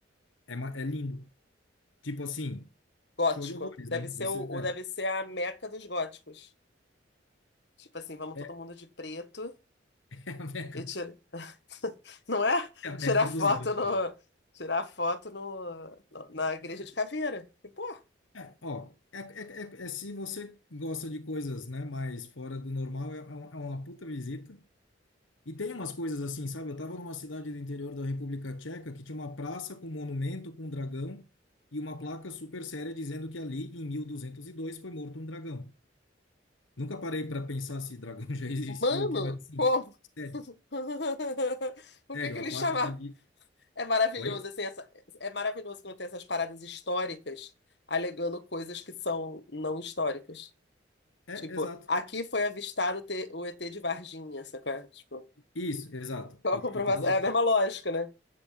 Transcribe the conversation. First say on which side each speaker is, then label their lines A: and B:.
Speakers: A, on the left (about 80°); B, on the left (about 60°).
A: é, ma- é lindo. Tipo assim,
B: Gótico.
A: show de horrores,
B: Deve
A: né?
B: ser
A: Você,
B: o, o-
A: é,
B: deve ser a meca dos góticos. Tipo assim, vamos
A: é,
B: todo mundo de preto
A: <laughs> é a Meca,
B: e tira, <laughs> não é?
A: é a
B: Tirar
A: Meca
B: foto
A: dos góticos.
B: no tirar foto no, no- na igreja de caveira. E, pô,
A: É, ó, é, é, é, é se você gosta de coisas, né, mais fora do normal, é, é uma é uma puta visita. E tem umas coisas assim, sabe? Eu tava numa cidade do interior da República Tcheca que tinha uma praça com um monumento com um dragão e uma placa super séria dizendo que ali, em 1202, foi morto um dragão. Nunca parei para pensar se dragão <laughs> já existiu
B: mano,
A: ou o quê, mas assim,
B: como?
A: sério,
B: <laughs> O
A: sério,
B: que que ele
A: a placa
B: chama?
A: tá ali.
B: É maravilhoso,
A: Oi?
B: assim, essa, é maravilhoso quando tem essas paradas históricas alegando coisas que são não históricas.
A: É,
B: Tipo,
A: exato.
B: aqui foi avistado te- o ET de Varginha, sacou? Tipo,
A: Isso, exato.
B: qual
A: E,
B: a comprovação?
A: e tá lá.
B: É a mesma lógica, né?